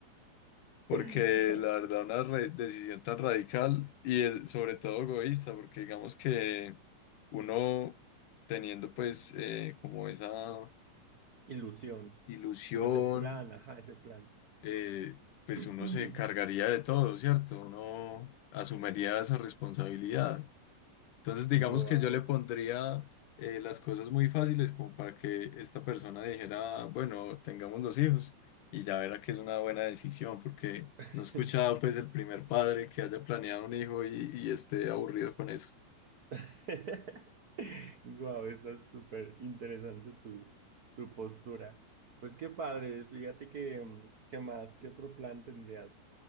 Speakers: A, on the left; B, on the right.
A: porque
B: <laughs>
A: la verdad una re- decisión tan radical y es- sobre todo egoísta, porque digamos que uno teniendo pues eh, como esa
B: Ilusión.
A: ilusión,
B: O ese plan, ajá, ese plan.
A: eh, pues
B: <clears throat>
A: uno se encargaría de todo, ¿cierto? Uno asumiría esa responsabilidad. Entonces, digamos
B: Wow.
A: que yo le pondría eh, las cosas muy fáciles como para que esta persona dijera, bueno, tengamos dos hijos y ya verá que es una buena decisión porque
B: <laughs>
A: no he escuchado pues el primer padre que haya planeado un hijo y, y esté aburrido con eso.
B: <laughs> Guau, está súper interesante tu, tu postura. Pues qué padre, fíjate que, mm, ¿qué más? ¿Qué otro plan tendrías?